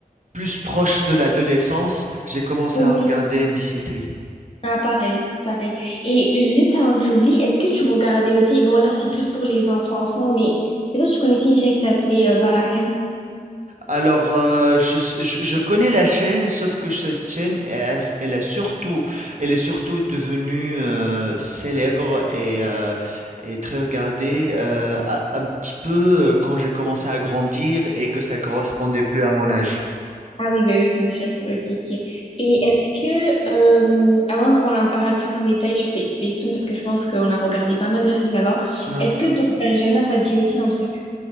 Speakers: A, on the right; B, on the left.
A: plus proche de l'adolescence, j'ai commencé
B: Oui.
A: à regarder NBC3.
B: Ah, pareil, pareil. Et juste avant que j'oublie, est-ce que tu regardais aussi, bon là, c'est plus pour les enfants-enfants, mais je sais pas si tu connaissais une chaîne qui s'appelait euh, Barahem?
A: Alors, euh, je, s- je- je connais la chaîne, sauf que cette chaîne, elle, a- elle a surtout, elle est surtout devenue euh, célèbre et, euh, et très regardée euh, a- un petit peu euh, quand j'ai commencé à grandir et que ça correspondait plus à mon âge.
B: Ah oui, bah oui, bien sûr. Ok, ok. Et est-ce que, euh, avant qu'on en parle plus en détail sur Pa- Space Toon, parce que je pense qu'on a regardé pas mal de choses là-bas,
A: Hein.
B: est-ce que Tokyo ça te dit aussi un truc?